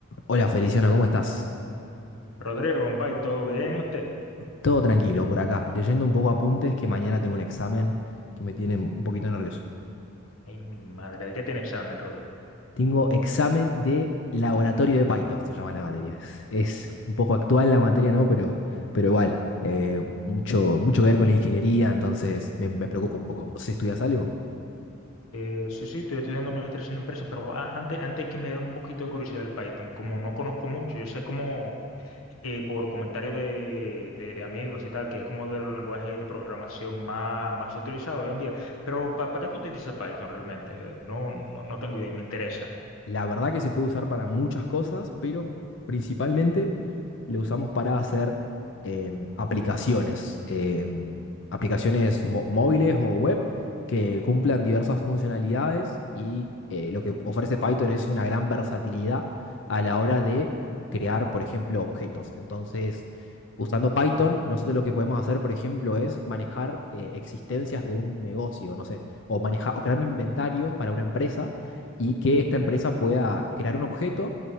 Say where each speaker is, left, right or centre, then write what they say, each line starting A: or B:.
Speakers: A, on the left; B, on the left.
A: Hola Feliciano, ¿cómo estás?
B: Rodrigo, compadre, ¿todo bien? ¿Y usted?
A: Todo tranquilo por acá, leyendo un poco apuntes que mañana tengo un examen que me tiene un poquito nervioso.
B: Ay, mi madre, ¿de qué tiene examen, Rodrigo?
A: Tengo examen de laboratorio de Python, se llama la materia. Es es un poco actual la materia, ¿no? Pero, pero igual, eh, mucho, mucho que ver con la ingeniería, entonces me, me preocupa un poco. ¿Vos estudias algo?
B: Eh, sí, sí, estoy estudiando administración de empresas, pero a- antes, antes que me dé un poquito de curiosidad el Python, como no conozco mucho, yo sé como eh, por comentarios de, de- de amigos y tal, que es como del lenguaje de programación más, más utilizado hoy en día, pero ¿para qué tú utilizas Python realmente? Eh, No, no, no tengo idea, me interesa.
A: La verdad que se puede usar para muchas cosas, pero principalmente lo usamos para hacer em, aplicaciones, em, aplicaciones mo- móviles o web que cumplan diversas funcionalidades y eh, lo que ofrece Python es una gran versatilidad a la hora de crear, por ejemplo, objetos. Entonces, usando Python, nosotros lo que podemos hacer, por ejemplo, es manejar eh, existencias de un negocio, no sé, o manejar o crear un inventario para una empresa y que esta empresa pueda crear un objeto